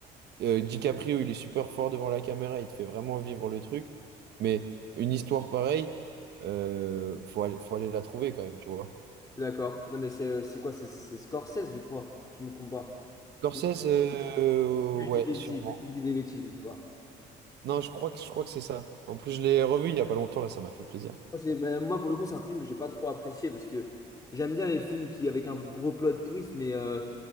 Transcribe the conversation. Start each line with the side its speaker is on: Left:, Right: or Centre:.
Right: Euh, DiCaprio, il est super fort devant la caméra, il te fait vraiment vivre le truc. Mais une histoire pareille, euh, faut aller, faut aller la trouver quand même, tu vois.
Left: Je suis d'accord. Non, mais c'est euh, c'est quoi? C'est c'est Scorsese, je crois. si Je me trompe pas.
Right: Scorsese,
Left: Non,
Right: euh,
Left: je
Right: ouais,
Left: dis des bêtises.
Right: sûrement.
Left: peut-être que Je dis des bêtises, je sais pas.
Right: Non, je crois que, je crois que c'est ça. En plus, je l'ai revu il y a pas longtemps, là, ça m'a fait plaisir.
Left: Moi, c'est- mais moi, pour le coup, c'est un film que j'ai pas trop apprécié parce que j'aime bien les films qui avec un gros plot twist, mais euh,